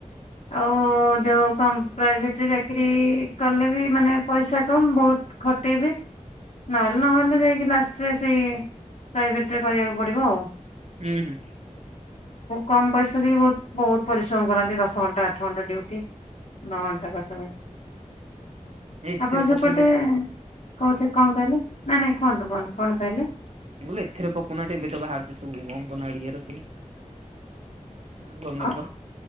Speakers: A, on the left; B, on the right.
A: ଆଉ ଯୋଉ ପ୍ରାଇଭେଟରେ ଚାକିରୀ କଲେ ବି ମାନେ ପଇସା କମ ବହୁତ ଖଟେଇବେ। ନହେଲେ ନହେଲେ ଯାଇକି ଲାଷ୍ଟରେ ସେଇ ପ୍ରାଇଭେଟ୍ରରେ କରିବାକୁ ପଡ଼ିବ ଆଉ।
B: ହୁଁ ହୁଁ।
A: କମ ପଇସା ଦେଇ ବହୁତ ପରିଶ୍ରମ କରନ୍ତି ଦଶ ଘଣ୍ଟା ଆଠ ଘଣ୍ଟା ଡିଉଟି। ନଅ ଘଣ୍ଟା ପାଖାପାଖି।
B: ଏଥିରେ
A: ଆପଣ ସେପଟେ
B: ପକେଇଲେନି
A: କହୁଛ କଣ କହିଲେ ନାଇଁ ନାଇଁ କୁହନ୍ତୁ କୁହନ୍ତୁ କଣ କହିଲେ?
B: ମୁଁ କହିଲି ଏଥରେ ପକାଉ ନାହାନ୍ତି ଏବେ ତ ବାହାରୁଛି ସବୁ ଅଙ୍କନବାଡି ସବୁ ଗର୍ମେଣ୍ଟର
A: ଅ